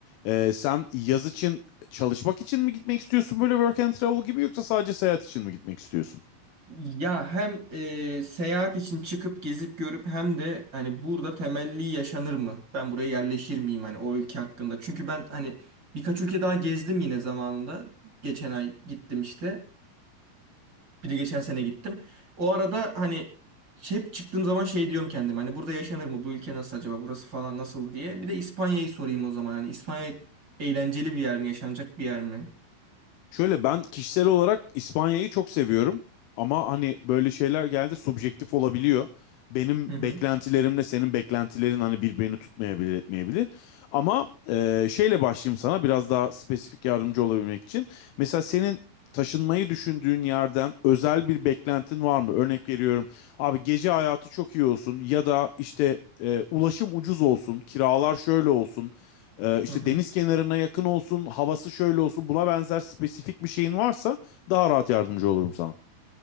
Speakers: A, on the left (about 85°); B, on the right (about 35°).
A: Ee, sen yaz için çalışmak için mi gitmek istiyorsun böyle work and travel gibi yoksa sadece seyahat için mi gitmek istiyorsun?
B: ya hem e, seyahat için çıkıp gezip görüp hem de hani burada temelli yaşanır mı? Ben buraya yerleşir miyim hani o ülke hakkında? Çünkü ben hani birkaç ülke daha gezdim yine zamanında. Geçen ay gittim işte. Bir de geçen sene gittim. O arada hani hep çıktığım zaman şey diyorum kendime hani burada yaşanır mı? Bu ülke nasıl acaba? Burası falan nasıl diye. Bir de İspanya'yı sorayım o zaman. Hani İspanya eğlenceli bir yer mi? Yaşanacak bir yer mi?
A: Şöyle ben kişisel olarak İspanya'yı çok seviyorum ama hani böyle şeyler geldi subjektif olabiliyor. Benim
B: Hı hı.
A: beklentilerimle senin beklentilerin hani birbirini tutmayabilir etmeyebilir. Ama e, şeyle başlayayım sana biraz daha spesifik yardımcı olabilmek için. Mesela senin taşınmayı düşündüğün yerden özel bir beklentin var mı? Örnek veriyorum abi gece hayatı çok iyi olsun ya da işte e, ulaşım ucuz olsun, kiralar şöyle olsun e, işte
B: Hı hı.
A: deniz kenarına yakın olsun, havası şöyle olsun buna benzer spesifik bir şeyin varsa daha rahat yardımcı olurum sana.